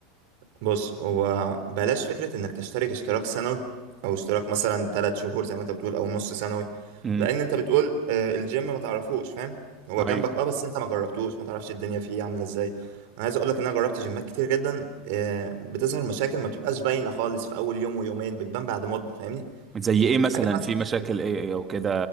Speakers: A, on the right; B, on the right.
A: بص هو بلاش فكرة انك تشترك اشتراك سنوي او اشتراك مثلا ثلاث شهور زي ما انت بتقول او نص سنوي
B: امم
A: لان انت بتقول آه، الجيم ما تعرفوش فاهم هو جنبك
B: ايوه
A: اه بس انت ما جربتوش ما تعرفش الدنيا فيه عاملة ازاي انا عايز اقولك ان انا جربت جيمات كتير جدا آه، بتظهر مشاكل ما بتبقاش باينة خالص في اول يوم ويومين بتبان بعد مدة فاهمني
B: زي ايه مثلا
A: حاجات مثلا
B: في مشاكل ايه إيه، او كده